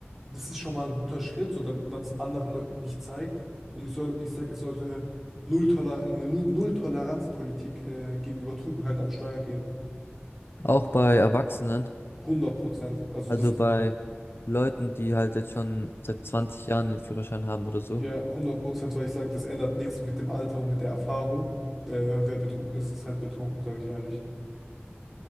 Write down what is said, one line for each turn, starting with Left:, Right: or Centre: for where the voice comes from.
Centre: Das ist schon mal ein guter Schritt, so damit man es anderen Leuten nicht zeigt. Und ich soll, ich sage, es sollte null Toler eine Null- Null-Toleranz-Politik äh, gegenüber Trunkenheit am Steuer geben.
Left: Auch bei Erwachsenen,
Centre: Hundert Prozent. Also
Left: also
Centre: das.
Left: bei Leuten, die halt jetzt schon seit 20 Jahren den Führerschein haben oder so.
Centre: Ja, 100%, weil ich sage, das ändert nichts mit dem Alter und mit der Erfahrung. Wer, wer, wer betrunken ist, ist halt betrunken, sage ich ehrlich.